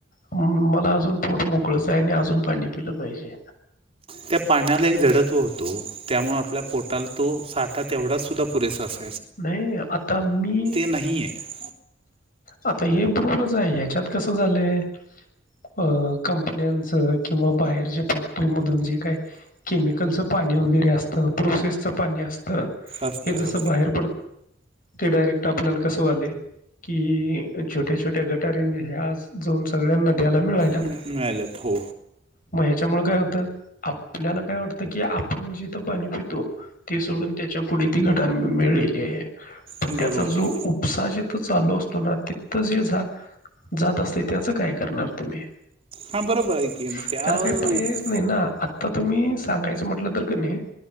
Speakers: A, on the left; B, on the right.
A: मला अजून पोट मोकळच आहे आणि अजून पाणी पिलं पाहिजे.
B: त्या पाण्याला एक झडत्व होतो त्यामुळे आपल्या पोटाला तो साठा तेवढाच सुद्धा पुरेसा असतो.
A: नाही आता मी
B: नाही आहे
A: आता हे बरोबरच आहे. ह्याच्यात कसं झालंय अ कंपन्यांच किंवा बाहेरच्या फॅक्टरीमधून जे काय केमिकलचं पाणी वगैरे असतं. प्रोसेसच पाणी असत.
B: असतं
A: हे जसं
B: हो
A: बाहेर ते डायरेक्ट आपल्याला कस व्हायलये की छोट्या छोट्या गटारी या आज जाऊन सगळ्या नद्यांना मिळायल्यात.
B: हम्म, मिळाल्यात हो
A: मग ह्याच्यामुळे काय होतं आपल्याला काय वाटतं की, आपण जेथ पाणी पितो ते सोडून त्याच्या पुढे ती गटार मी मिळेल. हे पण
B: बरोबर
A: त्याचा जो उपसा जिथ चालू असतो ना तिथ जे झ जात असते त्याच काय करणार तुम्ही.
B: हां बरोबर आहे की मग
A: त्याला
B: त्यावर
A: काही पर्यायच
B: उप-
A: नाही ना आता तुम्ही सांगायचं म्हटलं तर क नाही